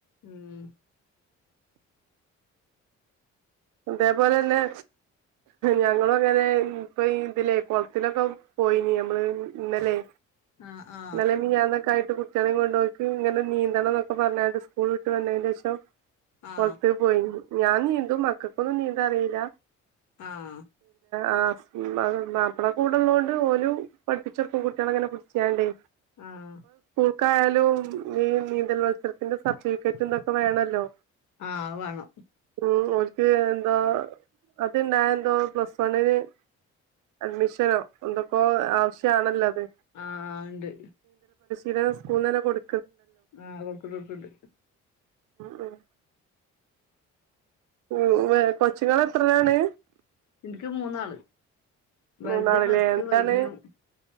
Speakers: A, on the left; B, on the right.
A: ഉം
B: അതേപോലെ തന്നെ ഞങ്ങളും അങ്ങനെ ഇപ്പം ഇതിലേ കൊളത്തിലൊക്കെ പോയിനി ഞമ്മള് ഇന്നലേ
A: ആ ആ
B: ഇന്നലേം മെൻഞ്ഞന്നാങ്ങാക്കായിട്ട് കുട്ട് കുട്ടികളേം കൊണ്ട്പോയിക്ക് ഇങ്ങനെ നീന്തണന്നൊക്കെ പറഞ്ഞാണ്ട് സ്കൂൾ വിട്ട് വന്നേന്റെ ഷം
A: ആ
B: പൊറത്ത് പോയി ഞാനി ഇതു മക്ക ക്കെന്നും നീന്താറില്ല
A: ആഹ്
B: ആ മാ മാപ്പള കൂടൊള്ളോണ്ട് ഓലും പഠിപ്പിച്ചോർക്കും കുട്ടികളങ്ങനെ പിടിച്ചാണ്ടേ
A: ആഹ്
B: ക്കായാലും ഈ നീന്തല് മത്സരത്തിന്റെ സർട്ടിഫിക്കറ്റെന്തൊക്കെ വേണോല്ലോ
A: ആഹ് വേണം
B: ഉം ഓര് ക്ക്‌ ഏന്താ അത് ഇണ്ടായ എന്തോ പ്ലസ് വണ്ണിന് അഡ്മിഷനോ എന്തൊക്കോ ആവശ്യാണല്ലോ അത്
A: ആ ആഹ് ഇണ്ട്
B: ഇടേ സ്കൂളന്നെ കൊടു
A: ആഹ് കൊക്ക കൊക്കണ്ട്
B: ഉം ഉം ഉം വെ കൊച്ചുങ്ങളെത്രയാണ്
A: എനിക്ക് മൂന്നാള് വലുത്
B: മൂന്നാളില്ലേ
A: പ്ലസ്
B: എന്താണ്
A: ടു കഴിഞ്ഞു